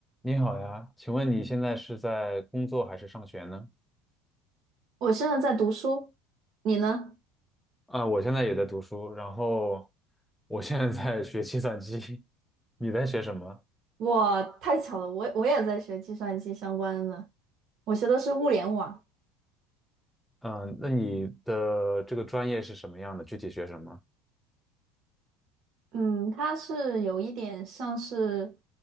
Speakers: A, in the centre; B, on the right.
A: 你好呀，请问你现在是在工作还是上学呢？
B: 我现在在读书，你呢？
A: 啊，我现在也在读书，然后我现在在学计算机。<laughs> 你在学什么？
B: 我太巧了，我我也在学计算机相关的，我学的是物联网。
A: 嗯，那你的这个专业是什么样的？具体学什么？
B: 嗯，它是有一点像是